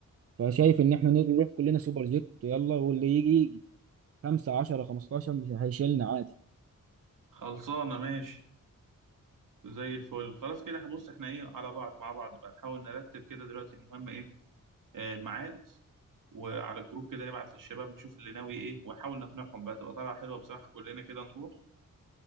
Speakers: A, on the right; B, on the right.
A: فشايف ان احنا نروح كلنا سوبر جيت يلا واللي يجي يجي 5 10 15 مش هيشيلنا عادي
B: خلصانة ماشي زي الفل خلاص كده بص احنا ايه على بعض مع بعض بقى نحاول نرتب كده دلوقتي المهم ايه آه، الميعاد وعلى الجروب كده نبعت للشباب نشوف اللي ناوي ايه ونحاول نقنعهم بقى تبقى طالعة حلوة بصراحة كلنا كده نروح